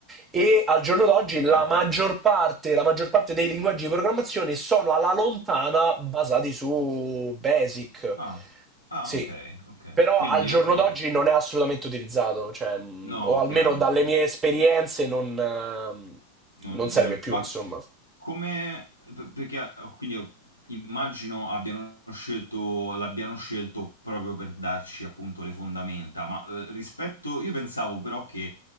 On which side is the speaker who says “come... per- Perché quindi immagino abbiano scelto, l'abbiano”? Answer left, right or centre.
Left